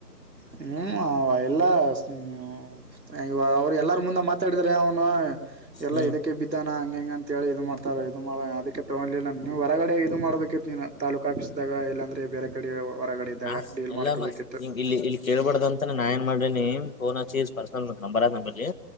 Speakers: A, on the right; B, on the left.
A: ಹ್ಮ್ ಎಲ್ಲ್ಮ್ಮ ಅವರು ಎಲ್ಲಾರ ಮುಂದೆ ಮತ್ತ ಮಾತಾಡಿದ್ರೆ ಅವನು ಎಲ್ಲ
B: ಹ್ಮ್
A: ಇದಕ್ಕೆ ಬಿದ್ದಾನ ಹಂಗ ಹೆಂಗಂತ ಹೇಳಿ ಇದು ಮಾಡ್ತಾರ ಇದು ಮಾಡ ಅದಕ್ಕೆ ತಗೊಂಡ್ಿಲ್ಲ ನೀವು ಹೊರಗಡೆ ಇದು ಮಾಡ್ಬೇಕಿತ್ ನೀನು ತಾೂಕ ಆಫೀಸ್ದಾಗ ಇಲ್ಲಾಂದ್ರೆ ಬೇರೆ ಕಡೆ ಹೊರಗಡೆಿದ್ದಾಗ
B: ನಾ
A: ಡೀಲ್
B: ಎಲ್ಲ
A: ಮಾಡ್ಕೋಬೇಕಿತ್ತು
B: ಇಲ್ಲಿ ಇಲ್ಲಿ ಕೇಳ್ಬಾರ್ದ ಅಂತ ನಾನ್ ಏನ್ ಮಾಡ್ರೀನಿ ಫೋನ್ ಹಚ್ಚಿ ಪರ್ನಲ್ ನಂಬರ್ ಅ ನಂಬರ್ಲ್ಲಿ